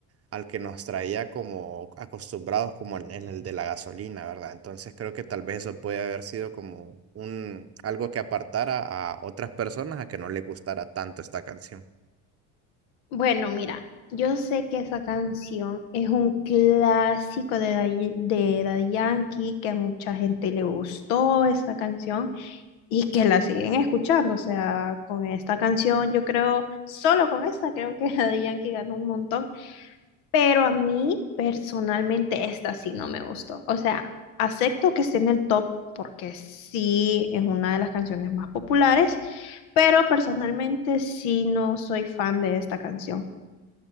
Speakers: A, on the right; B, on the left.
A: al que nos traía como acostumbrados como en en el de la gasolina, ¿verdad? Entonces creo que tal vez eso puede haber sido como un algo que apartara a otras personas a que no les gustara tanto esta canción.
B: Bueno, mira, yo sé que esa canción es un clásico de Daddy, de Daddy Yankee, que a mucha gente le gustó esta canción y que la siguen escuchando. O sea, con esta canción, yo creo, solo con esta, creo que <laughs> Daddy Yankee ganó un montón. Pero a mí personalmente esta sí no me gustó. O sea, acepto que esté en el top porque sí es una de las canciones más populares, pero personalmente sí no soy fan de esta canción.